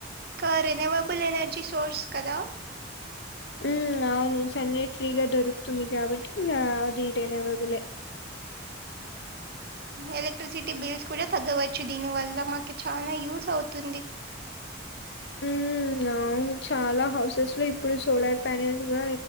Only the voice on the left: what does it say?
మ్ అవును సన్ నైట్ ఫ్రీగా దొరుకుతుంది కాబట్టి గ అది రినవాబులే
ఉమ్ అవును చాలా హౌసెస్ లో ఇప్పుడు సోలార్ ప్యానెల్స్ కూడా